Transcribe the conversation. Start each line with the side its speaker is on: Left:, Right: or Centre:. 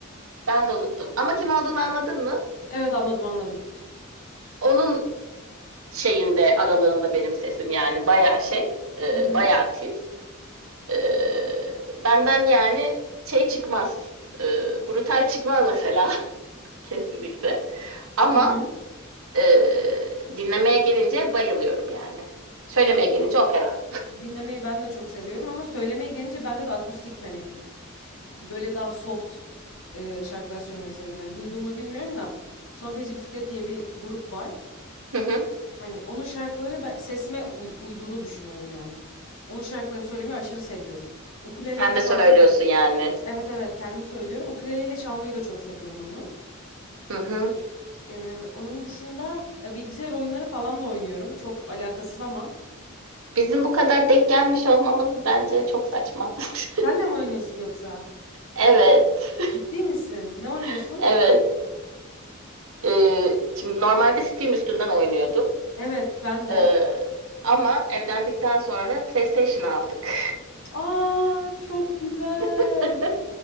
Right: Ben de unuttum. Ama kim olduğunu anladın mı?
Left: Evet anladım anladım.
Right: Onun şeyinde aralığında benim sesim yani bayağı şey, eee
Left: Hı hı.
Right: bayağı tiz. Ee, benden yani şey çıkmaz. Ee, brutal çıkmaz mesela. <laughs> Kesinlikle. Ama
Left: Hı hı.
Right: e, dinlemeye gelince bayılıyorum yani. Söylemeye
Left: Evet
Right: gelince opera.
Left: dinlemeyi ben de çok seviyorum ama söylemeye gelince bende de akustik hani böyle daha soft e, şarkılar söylemeyi seviyorum. Hani duydun mu bilmiyorum da Son Feci Bisiklet diye bir grup var.
Right: <laughs> Hı hı.
Left: Hani onun şarkıları ben- sesime uy- uyduğunu düşünüyorum yani. Onun şarkılarını söylemeyi aşırı seviyorum. Ukuleleyle
Right: Sen de
Left: falan
Right: söylüyorsun
Left: da.
Right: yani.
Left: Evet evet kendim söylüyorum. Ukuleleyle çalmayı da çok seviyorum onu.
Right: Hı hı.
Left: Ee, onun dışında e, bilgisayar oyunları falan da oynuyorum. Çok alakasız ama.
Right: Bizim bu kadar denk gelmiş olmamız bence çok saçma. <laughs>
Left: Sen de mi oynuyorsun yoksa?
Right: Evet.
Left: Ciddi misin? Ne oynuyorsun?
Right: <laughs> Evet. Ee, şimdi normalde Steam üstünden oynuyordum.
Left: Evet, ben de.
Right: Ee, ama evlendikten sonra PlayStation aldık.
Left: Aa, çok güzel.
Right: <laughs>